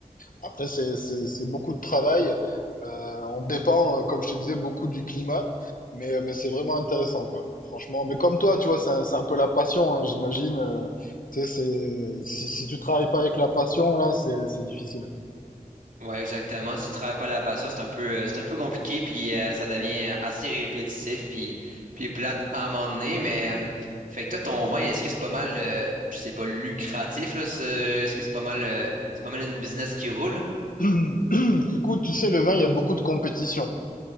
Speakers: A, on the left; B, on the right.
A: après, c'est, c'est, c'est beaucoup de travail. Euh, on dépend, euh, comme je te disais, beaucoup du climat. Mais, euh, mais c'est vraiment intéressant, quoi. Franchement. Mais comme toi, tu vois, c'est un, c'est un peu la passion, hein, j'imagine. euh, tu sais, c'est, si, si tu travailles pas avec la passion, là, c'est, c'est difficile.
B: Ouais, exactement. Si tu travailles pas la passion, c'est un peu, euh, c'est un peu compliqué, puis euh, ça devient assez répétitif, puis, puis plate à un moment donné. Mais euh, fait que toi, ton vin, est-ce que c'est pas mal, euh, je sais pas, lucratif là, ce- est-ce que c'est pas mal, euh, c'est pas mal une business qui roule?
A: <clears throat> Écoute, tu sais, le vin, il y a beaucoup de compétition.